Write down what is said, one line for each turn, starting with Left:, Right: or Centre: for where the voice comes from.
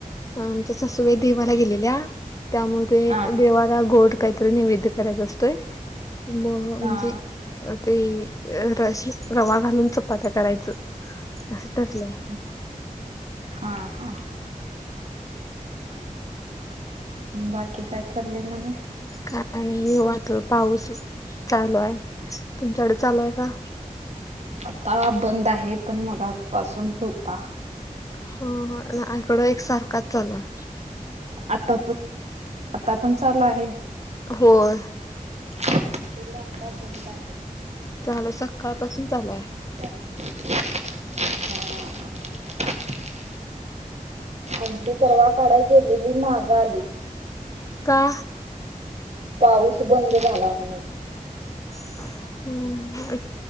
Left: आमच्या सासूबाई देवाला गेलेल्या, त्यामध्ये
Right: हा हा
Left: देवा त्याला गोड काय तर नैवेद्य करायचा असतोय म म्हणजे
Right: हा
Left: तेअ रशीत रवा घालून चपात्या करायचं, असं ठरलंय.
Right: <unintelligible> हां हां बाकी काय चाललंय म्हणे?
Left: काय आता नाही ओ पाऊस चालू आहे तुमच्याकड चालू आहे का?
Right: आता बंद आहे, पण मगापासून होता.
Left: हा हा इकड एक सारखाच चालू हाय.
Right: आता पण, आता पण चालू आहे
Left: होय
Right: आमच्या इकडं आता बंद आहे.
Left: झाल, सकाळ पासून चालू हाय.
Right: हा हा आमची परवा काढाय गेलेली माग आलीत.
Left: का?
Right: पाऊस बंद झाला म्हणून.
Left: हा अ